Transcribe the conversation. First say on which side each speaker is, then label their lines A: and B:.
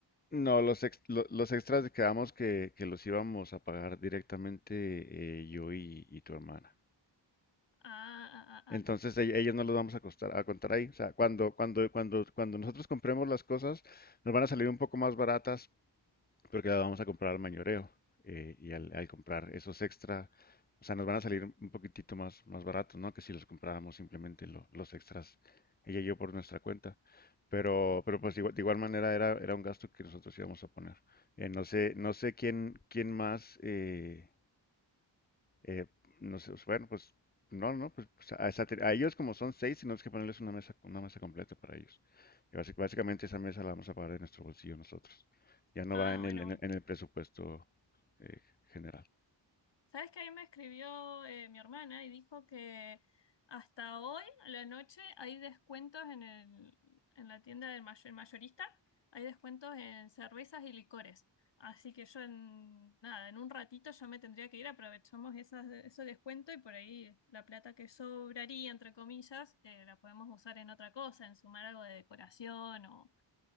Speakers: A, on the left; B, on the left.
A: no, los, ex- lo- los extras quedamos que, que los íbamos a pagar directamente eh, yo y y tu hermana.
B: Ah, ah, ah, ah.
A: Entonces e- ellos no los vamos a costar- a contar ahí. O sea, cuando, cuando, cuando, cuando nosotros compremos las cosas, nos van a salir un poco más baratas porque las vamos a comprar al mayoreo. eh, y al, al comprar esos extra, o sea, nos van a salir un poquitito más, más baratos, ¿no? Que si los compráramos simplemente lo- los extras, ella y yo por nuestra cuenta. Pero, pero pues igual- de igual manera era, era un gasto que nosotros íbamos a poner. Eh, no sé, no sé quién, quién más. eh, eh, no sé, pues, bueno, pues no, no, pues, pues, a, esa te- a ellos como son seis, tenemos que ponerles una mesa, una mesa completa para ellos. Y básic- básicamente esa mesa la vamos a pagar de nuestro bolsillo nosotros. Ya no
B: Ah,
A: va en
B: bueno,
A: el, en
B: bueno.
A: el, en el presupuesto eh, general.
B: Sabes que ahí me escribió eh, mi hermana y dijo que hasta hoy, a la noche, hay descuentos en el, en la tienda del mayor, mayorista, hay descuentos en cervezas y licores. Así que yo en nada, en un ratito yo me tendría que ir, aprovechamos esas, ese descuento y por ahí la plata que sobraría, entre comillas, eh, la podemos usar en otra cosa, en sumar algo de decoración o,